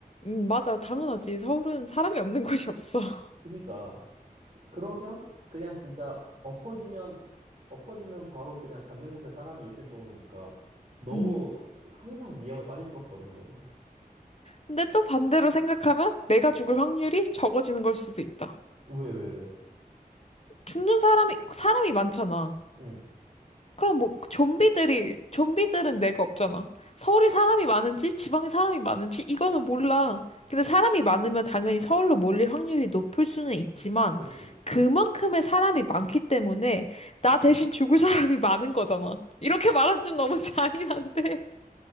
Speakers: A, on the left (about 45°); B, on the right (about 50°).
A: 응, 맞아. 당연하지. 서울은 사람이 없는 곳이 없어. <laughs>
B: 그니까, 그러면 그냥 진짜 엎어지면, 엎어지면 바로 그냥 닿는 곳에 사람이 있을 정도니까, 너무
A: 응.
B: 항상 위험에 빠질 수밖에 없는 거지.
A: 근데 또 반대로 생각하면 내가 죽을 확률이 적어지는 걸 수도 있다.
B: 왜, 왜, 왜?
A: 죽는 사람이, 사람이 많잖아.
B: 응,
A: 그럼 뭐 좀비들이 좀비들은 내가 없잖아. 서울이 사람이 많은지 지방이 사람이 많은지 이거는 몰라. 근데 사람이 많으면 당연히 서울로 몰릴 확률이 높을 수는 있지만
B: 그치.
A: 그만큼의 사람이 많기 때문에 나 대신 죽을 사람이 많은 거잖아. 이렇게 말하면 좀 너무 <laughs> 잔인한데.